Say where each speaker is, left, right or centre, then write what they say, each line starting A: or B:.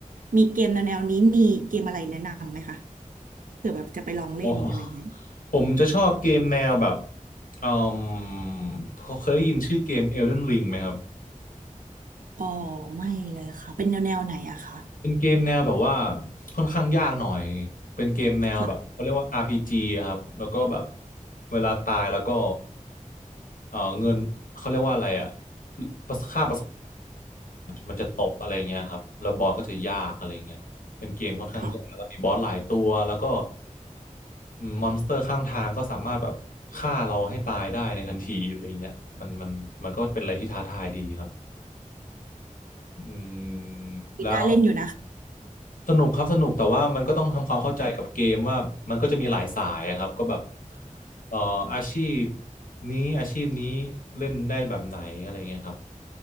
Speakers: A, on the right; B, on the left.
A: มีเกมแนวๆนี้มีเกมอะไรแนะนำไหมคะเผื่อแบบจะไปลองเล่นอะไรอย่างเงี้ย
B: อ๋อผมจะชอบเกมแนวแบบอืมเคยได้ยินชื่อเกม Elden Ring ไหมครับ
A: อ๋อไม่เลยค่ะเป็นแนววไหนอะคะ
B: เป็นเกมแนวแบบว่าค่อนข้างยากหน่อย เป็นเกมแนวแบบเขาเรียกว่า
A: ค่ะ
B: RPG อะครับแล้วก็แบบเวลาตายแล้วก็เออเงินเขาเรียกว่าอะไรอะภาษามันจะตกอะไรเงี้ยครับแล้วบอสก็จะยากอะไรเงี้ยเป็นเกมค่อนข้างยากแล้วก็มีบอสหลายตัวแล้วก็
A: ค่ะ
B: มอนสเตอร์ข้างทางก็สามารถแบบฆ่าเราให้ตายได้ในทันทีอะไรเงี้ยมันมันมันก็เป็นอะไรที่ท้าทายดีครับอืม
A: ปีหน้าเล่นอยู่นะ
B: แล้ว สนุกครับสนุกแต่ว่ามันก็ต้องทำความเข้าใจกับเกมว่ามันก็จะมีหลายสายอะครับก็แบบเอ่ออาชีพนี้อาชีพนี้เล่นได้แบบไหนอะไรเงี้ยครับ